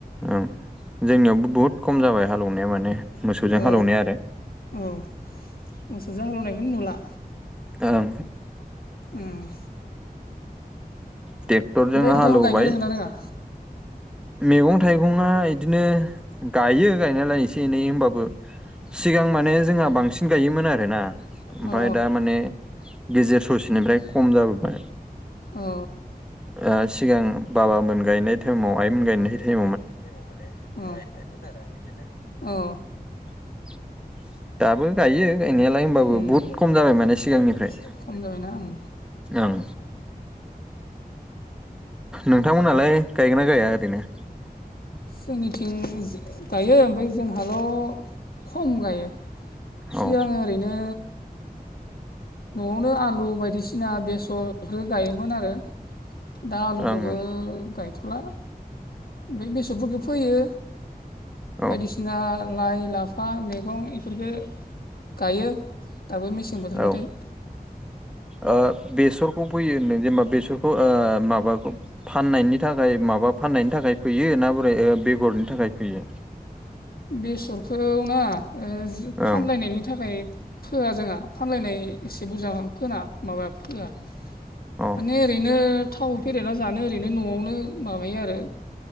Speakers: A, in the centre; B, on the left.
A: ओं जोंनियावबो बुहुद खम जाबाय हालेवनाया माने मोसौजों
B: अ अ
A: हालौवनाया आरो
B: अ मोसौजो हालेवनायखौनो नुला
A: ओं
B: ओम
A: ट्रेक्टरजों
B: ओमफाय नोंथांङा
A: हालौवबाय
B: गायनो रोंङो ना रोंङा
A: मैगं थाइगंआ बिदिनो गायो गायनायालाय एसे एनै होमबाबो सिगां माने जोंहा बांसिन गायोमोन आरोना ओमफाय
B: औ
A: दा माने गेजेर ससेनिफ्राय खम जाबोबाय
B: औ ओ
A: ओ सिगां बाबा मोन गायनाय टाइमाव आइमोन गायनाय टाइम
B: गायनाय टाइमाव माने अ गायफायमोन आरो बिदिनो अ
A: <unintelligible> गायो
B: दाबो
A: गायनायालाय
B: गायो
A: होमबाबो
B: बहुद
A: बुहुद खम जाबाय माने
B: खम
A: सिगांनिफ्राय
B: जाबाय माने सिगां खम जाबायना ओं
A: ओं नोंथांमोनहालाय गायगोना गाया ओरैनो?
B: जोंनिथिं गायो ओमफ्राय जोंहाल' खम गायो।
A: औ
B: सिगां ओरैनो न'आवनो आलु बायदिसिना बेसरफोर गायोमोन आरो दा आलुखौबो
A: ओं
B: गायथ'ला ओमफ्राय बेसरफोरखौ फोयो
A: औ
B: बायदिसिना लाइ लाफा मैगं इफोरखो गायो दाबो मेसे बोथोरबाथाय
A: औ ओ बेसरखौ फोयो होनदों जेनेबा बेसरखौ ओ माबाखौ फाननायनि नि थाखाय माबा फाननायनि थाखाय फैयो ना बोरै बेगरनि थाखाय फोयो
B: बेसरखौ ना ओ जे फानलायनायनि
A: ओं
B: थाखाय फोआ जोंहा फानलायनाय एसे बुरजा फोना माबा फोआ
A: अ
B: माने ओरैनो थाव फेरेना जानो ओरैनो न'आवनो माबायो आरो